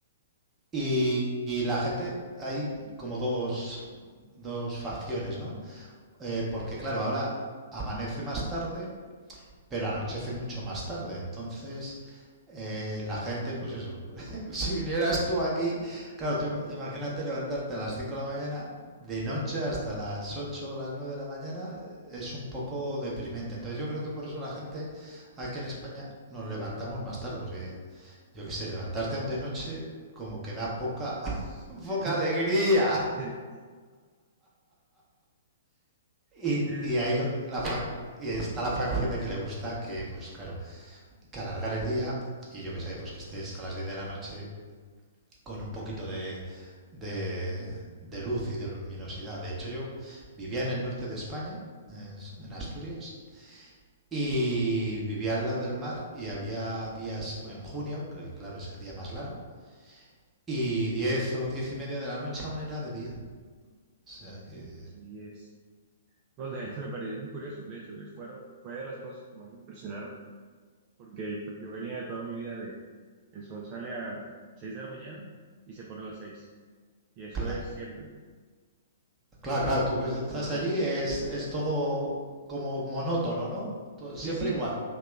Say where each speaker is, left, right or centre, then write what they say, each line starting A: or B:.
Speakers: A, on the right; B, on the right.
A: Y, y la gente, hay como dos, dos facciones, ¿no? Eh, porque claro, ahora amanece más tarde pero anochece mucho más tarde. Entonces, eh, la gente, pues eso, <laughs> si vinieras tú aquí, claro, tú imagínate levantarte a las 5 de la mañana, de noche hasta las 8, o las 9 de la mañana, eh, es un poco deprimente. Entonces yo creo que por eso la gente aquí en España nos levantamos más tarde, porque yo qué sé, levantarte aún de noche como que da poca, <laughs>
B: <laughs>
A: poca alegría.
B: Sí,
A: Y,
B: sí,
A: y
B: sí.
A: ahí yo, la, fa- y está la facción de que le gusta que, pues claro, que alargar el día y yo que sé, pues que estés a las 10 de la noche con un poquito de, de, de luz y de luminosidad. De hecho, yo vivía en el norte de España, en Asturias, y vivía al lado del mar y había días pues, en junio, que claro es el día más largo, y 10 o 10 y media de la noche aún era de día. O sea que,
B: Uf, sí es. Bueno, <laughs> de- me pareció muy curioso, de hecho, es, fueron, fue de las cosas que más me impresionaron porque pues yo venía de toda mi vida de, el sol sale a 6 de la mañana y se pone a las 6 y eso
A: claro.
B: es siempre.
A: Claro, claro, tú que estás
B: Entonces,
A: allí es, es todo como monótono, ¿no? Todo,
B: sí,
A: siempre
B: sí,
A: igual.